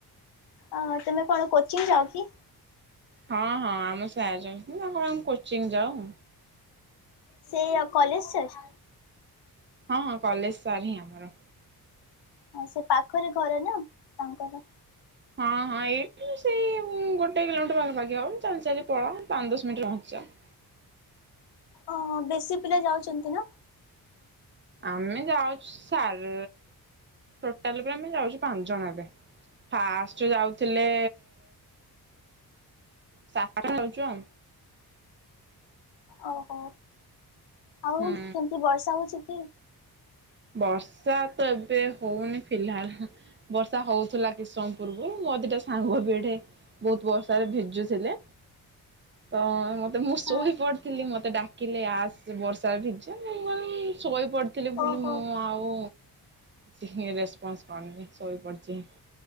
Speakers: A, on the left; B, on the right.
A: ଅ ତମେ କଣ କୋଚିଂ ଯାଅ କି?
B: ହଁ-ହଁ ଆମ <unintelligible> ଯାଉଛନ୍ତି ତାଙ୍କ ଆମେ କୋଚିଂ ଯାଉ।
A: ସେଇ ଅ କଲେଜ୍ ସାର୍?
B: ହଁ କଲେଜ୍ ସାର୍ ହିଁ ଆମର।
A: ହଁ ସେ ପାଖରେ ଘର ନା ତାଙ୍କର।
B: ହଁ-ହଁ ଏଇଠୁ ସେଇ ଗୋଟେ କିଲୋମିଟର୍ ପାଖାପାଖି ହବ, ଆମେ ଚାଲି-ଚାଲି ପଳାଉ ପାଞ୍ଚ ଦଶ ମିନିଟ୍ ରେ ପହଞ୍ଚି ଯାଉ।
A: ଓହୋ, ବେଶୀ ପିଲା ଯାଉଚନ୍ତି ନା?
B: ଆମେ ଯାଉଛୁ ସାର୍ ଟୋଟାଲ୍ ବି ଆମେ ଯାଉଛୁ ପାଞ୍ଚ ଜଣ ଏବେ। ଫାଷ୍ଟ ଯାଉଥିଲେ <unintelligible> ଯାଉଚୁ ଆଉ।
A: ଓହୋ, ଆଉ
B: ହୁଁ।
A: କେମ୍ତି ବର୍ଷା ହଉଛି କି?
B: ବର୍ଷା ତ ଏବେ ହଉନି ଫିଲ୍ହାଲ୍। ବର୍ଷା ହଉଥିଲା କିଛି ସମୟ ପୂର୍ବୁରୁ ମୋ ଦିଟା ସାଙ୍ଗ ବି ଏଠେ- ବହୁତ୍ ବର୍ଷାରେ ଭିଜୁଥିଲେ, ତ-ମ ତ ମୁଁ ଶୋଇପଡ଼ିଥିଲି
A: ହଁ
B: ମତେ ଡାକିଲେ ଆସ୍ ବର୍ଷାରେ ଭିଜିଆ, ମୁଁ ଶୋଇପଡ଼ିଥିଲି।
A: ଓହୋ
B: ମୁଁ ଆଉ କିଛି ରେସ୍ପନ୍ସ କରିନି ଶୋଇପଡିଚି।